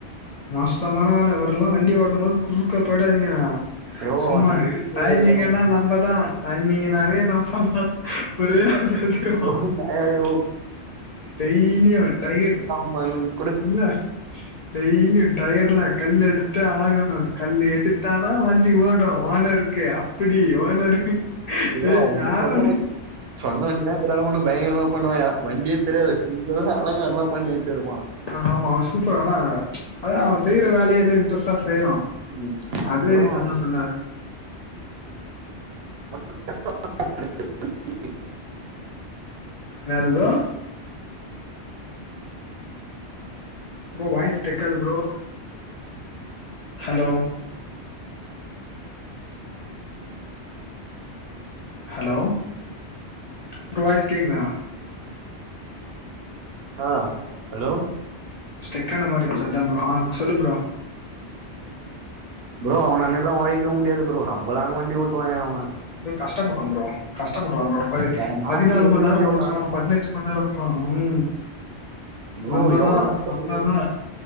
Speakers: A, on the left; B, on the right.
A: மோசமான ஆள் அவரெல்லா வண்டி ஓட்டு போது குறுக்க போயிடாதீங்க
B: ஐயோ
A: சும்மா
B: எடி தேவரி
A: டைமிங்னா
B: அவங்க
A: நம்மதா டைமிங்னாவே நம்ப தா ஒரே ஹெல்து ஹெல்திர
B: ஐயோ
A: ஆ
B: நான் ஐயோ,
A: டெய்லியு டைகரு
B: ஒன் மினிட்
A: இன்ன டெய்லி டயர்ல கல் எடுத்து ஆகணு கல் எடுத்தாதா வண்டி ஓடு ஓனருக்கு அப் இப்டி ஓனருக்கு
B: எதா
A: டேய்
B: ஒண்ணு
A: யார்ரா
B: சொந்த
A: நீ
B: வண்டி சொந்த வண்டி த இதான ஒண்ணு பயங்கரமா பண்ணுவாயா வண்டியே தெரியாது ஃபுல்லு அலங்காரதா பண்ணி வச்சிருப்பா
A: ஆ ஆமா சூப்பர் ஆனா அதா அவ செய்ற வேலையை ஏதோ இன்ட்ரெஸ்ட்டா செய்றா
B: ம்
A: அதுவரைக்கு
B: ப்ரோ அவன்
A: சந்தோஷாதா
B: <unintelligible>
A: என்னது ப்ரோ ப்ரோ வாய்ஸ் ஸ்டக்காது ப்ரோ ஹலோ ஹலோ ப்ரோ கேக்கு தா
B: ஆ ஹலோ
A: ஸ்டக்கான மாரி இருந்துச்சு அதா ப்ரோ ஆ சொல்லு ப்ரோ
B: ப்ரோ அவன மாரி எல்லா ஒழைக்கவு முடியாது ப்ரோ ரொம்பலாங்க வண்டி ஓட்டுவாயா அவ
A: ப்ரோ கஷ்டப்படுறா ப்ரோ கஷ்டப்படுறா ப்ரோ பதி
B: வேற நாட்டு
A: பதினாலு
B: வரைக்கும்
A: மண் நேரோ
B: வண்டி ஓட்டான்
A: ஓட்டுறா பதினெட் அஞ்சு மண்நேரோ ஓட்டுறா ம்
B: ப்ரோ
A: நம்மதா
B: எவ்வளவு கஷ்டம்
A: நம்மதா
B: ப்ரோ